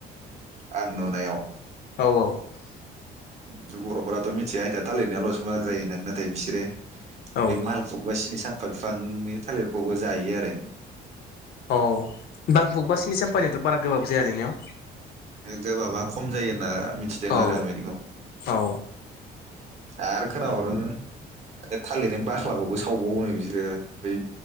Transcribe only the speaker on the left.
औ
औ
औ बां बुग बास सिनि सम्पानियाथ' बार गोबाब जायालै न'
औ
औ